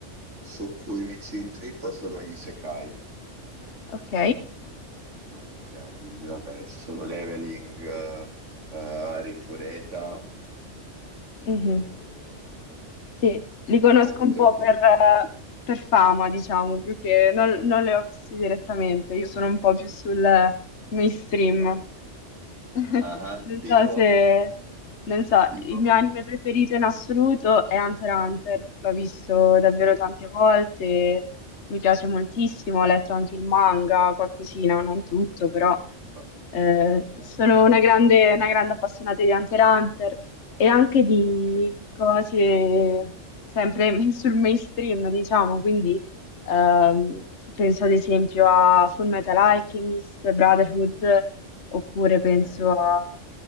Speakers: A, on the right; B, on the left.
A: su cui mi ci intrippo sono gli Isekai.
B: ok.
A: Eh, ok, quindi vabbè, solo leveling, eh, eh, Rifureta.
B: Mhm.
A: eh, mm.
B: Sì, li conosco
A: poco
B: un
A: tempo
B: po' per,
A: fa...
B: eh, per fama, diciamo, più che non,
A: eh,
B: non li ho visti direttamente. Io sono un po' più sul eh, mainstream.
A: vai.
B: <laughs>
A: Ah,
B: Non
A: tipo,
B: so se, non so,
A: tipo.
B: il mio anime preferito in assoluto è Hunter x Hunter, l'ho visto davvero tante volte, mi piace moltissimo, ho letto anche il manga, qualcosina, non tutto, però
A: Ah, ah,
B: eh,
A: Ok,
B: sono una grande, una grande appassionata di Hunter x Hunter e anche di,
A: ok,
B: di cose sempre <laughs> sul mainstream, diciamo, quindi ehm, penso ad esempio a Full Metal Alchemist, Brotherhood, oppure
A: ok.
B: penso a,